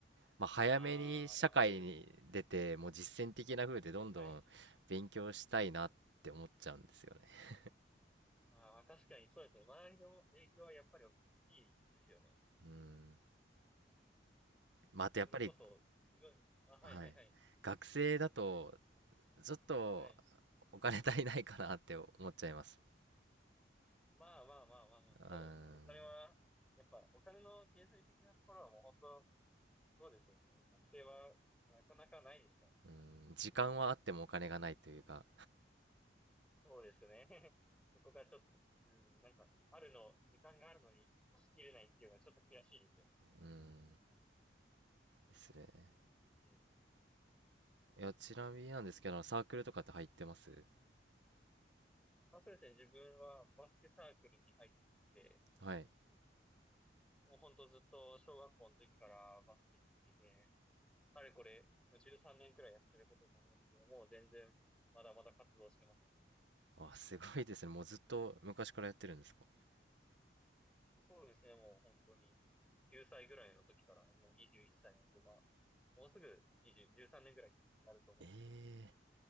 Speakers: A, on the right; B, in the centre.
A: まあ、早めに社会に出てもう実践的な風でどんどん勉強したいなって思っちゃうんですよね。
B: ああ、まあ、そうですね。はい。ああ、確かにそうですね。周りの影響はやっぱり大きいですよね。
A: うんまあ、あとやっぱり、
B: それこそ自分、あ、はいはいはい。
A: はい、学生だとちょっと
B: はい。
A: お金足りないかなって思っちゃいます。
B: まあまあまあまあまあ、そうですね。
A: うん、
B: お金は、やっぱお金の経済的なところはもう本当、そうですよね。学生はなかなかないですから。
A: うん時間はあってもお金がないというか、
B: そうですね。<laughs> そこがちょっと、うん、なんか、あるの、時間があるのに出し切れないっていうのはちょっと悔しいですよね。
A: うんですね。
B: うん。
A: いや、ちなみになんですけど、サークルとかって入ってます
B: まあ、そうですね。自分はバスケサークルに入っていて、
A: はい。
B: もうほんとずっと小学校の時からバスケ続けて、あれこれ、もう13年くらいやってることになりますけど、もう全然、まだまだ活動してます。
A: あ、すごいですね。もうずっと昔からやってるんですか。
B: そうですね、もう本当に、9歳ぐらいの時から、今21歳なんで、まあ、もうすぐ20、13年ぐらいになると思うんですけど、
A: ええー